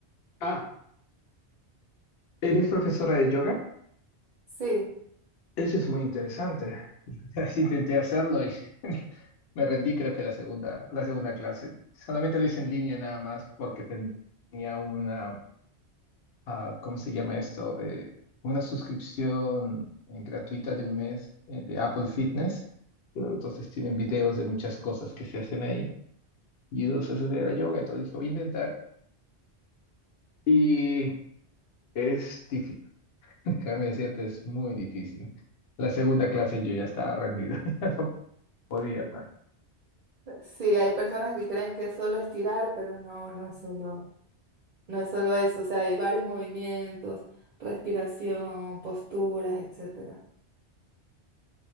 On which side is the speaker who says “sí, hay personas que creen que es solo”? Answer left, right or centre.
Right